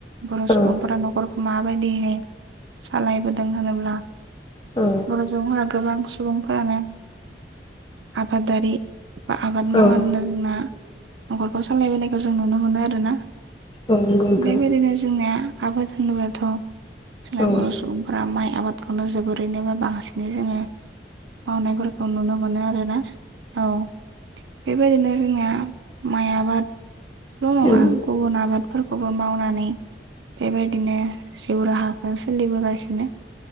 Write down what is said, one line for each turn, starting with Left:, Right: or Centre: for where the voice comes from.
Right: बर'
Left: औ
Right: सुबुंफोरा न'खरखौ माबायदिहाय सालायबोदों होनोब्ला
Left: औ
Right: फोरा गोबां सुबुंफोरानो आबादारि बा आबाद मावनानैनो
Left: औ
Right: जोंना न'खरखौ सालायबोनायखौ जों नुनो मोनो आरोना।
Left: औ नंगौ नोंथां
Right: बेबायदिनो जोंनिया आबाद होनोबाथ' जेला
Left: औ
Right: बर' सुबुंफोरा माइ आबादखौनो जोबोरैनो बा बांसिनै जोङो मावनायफोरखौ नुनो मोनो आरोना औ बेबायदिनो जोंनिया माइ आबादल' नङा
Left: औ
Right: गुबुन आबाद फोरखौबो मावनानै बेबायदिनो जिउ राहाखौ सोलिबोगासिनो